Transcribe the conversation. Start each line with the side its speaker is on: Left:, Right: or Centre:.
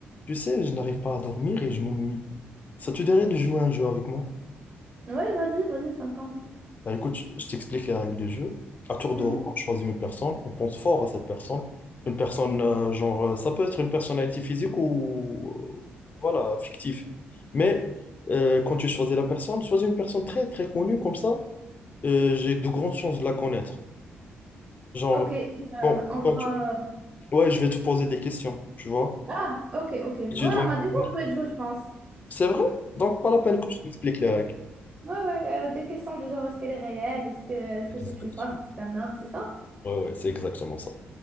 Left: Tu sais, je n'arrive pas à dormir et je m'ennuie. Ça te dirait de jouer à un jeu avec moi?
Right: Ouais, vas-y, vas-y, ça me tente.
Left: Bah écoute, je je t'explique les règles du jeu. À tour de
Right: Mhm.
Left: rôle, on choisit une personne, on pense fort à cette personne. Une personne, euh, genre, euh, ça peut être une personnalité physique ou, euh, voilà, fictive. Mais euh, quand tu choisis la personne, choisis une personne très, très connue, comme ça, euh, j'ai de grandes chances de la connaître. Genre,
Right: Ok, euh,
Left: quand-
Right: on va...
Left: quand tu- ouais, je vais te poser des questions, tu vois.
Right: Ah, ok, ok. Ouais,
Left: Tu
Right: on
Left: dois... me
Right: a déjà
Left: répondre.
Right: joué le jeu, je pense.
Left: C'est vrai? Donc, pas la peine que je t'explique les règles.
Right: Ouais, ouais, euh, des questions du genre, est-ce qu'elle est réelle? Est-ce que est-ce que
Left: Exact.
Right: c'est une femme? Est-ce que c'est un homme? C'est ça?
Left: Ouais, ouais, c'est exactement ça.